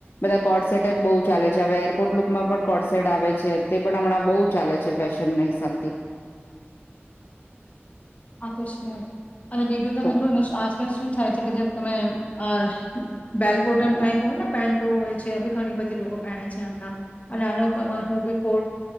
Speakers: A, on the left; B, on the left.
A: બધા કોડસેટ જ બહુ ચાલે છે હવે એરપોર્ટ લુકમાં પણ કોડસેટ આવે છે તે પણ હમણાં બઉુ ચાલે છે ફેશનના હિસાબથી
B: આકર્ષણ અને બીજું તમે
A: તો
B: જોને આજકાલ શું થાય છે કે જે તમે અ બેલ બોટમ ટાાઈપ હોય ને પેન્ટો હોય છે આ બી ઘણી બધી લોકો પહેરે છે એમનાં અને આનો હું બી કોટ